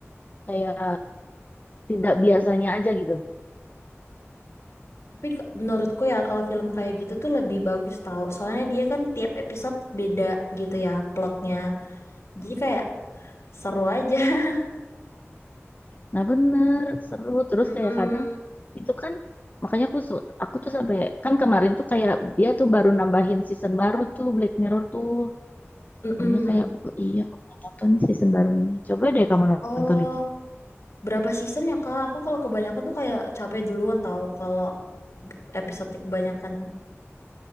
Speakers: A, on the left (about 35°); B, on the left (about 65°).
A: kayak tidak biasanya aja gitu.
B: Tapi ke- menurutku ya kalau film kayak gitu tuh lebih bagus tau. Soalnya dia kan tiap episode beda gitu ya plotnya. Jadi kayak seru aja. <laughs>
A: Nah bener, seru. Terus
B: Mm-mm.
A: kayak kadang itu kan makanya aku su- aku tuh sampai kan kemarin tuh kayak dia tuh baru nambahin season baru tuh Black Mirror tuh.
B: Mm-mm.
A: Makanya kayak oh iya aku mau nonton nih season barunya. Coba deh kamu
B: Oh,
A: nonton itu.
B: berapa season ya Kak? Aku kalau kebanyakan tuh kayak capek duluan tau kalau episode kebanyakan.